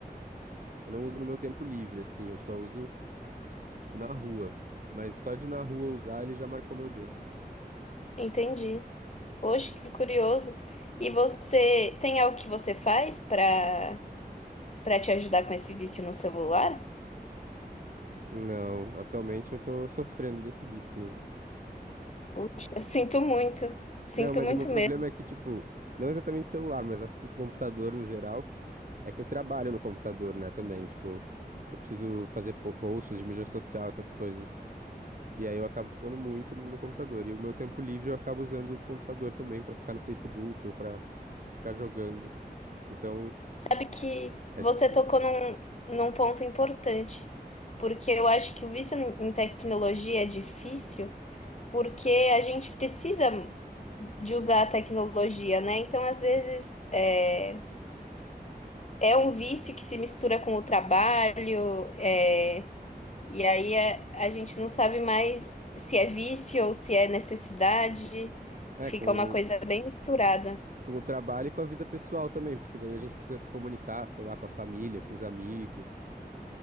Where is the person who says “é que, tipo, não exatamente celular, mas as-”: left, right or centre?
Right